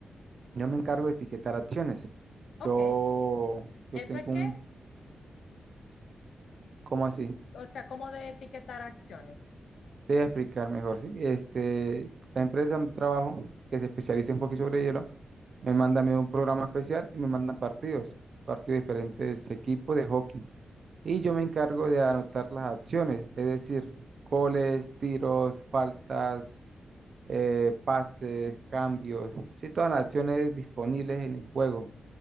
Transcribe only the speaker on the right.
yo me encargo de etiquetar acciones.
Yo, yo
tengo
un, ¿cómo así?
Te voy a explicar mejor, ¿sí? Este, la empresa donde trabajo, que se especializa en hockey sobre hielo, me manda a mí un programa especial y me mandan partidos, partidos de diferentes equipos de hockey. Y yo me encargo de anotar las acciones, es decir, goles, tiros, faltas, eh, pases, cambios, sí, todas las acciones disponibles en el juego.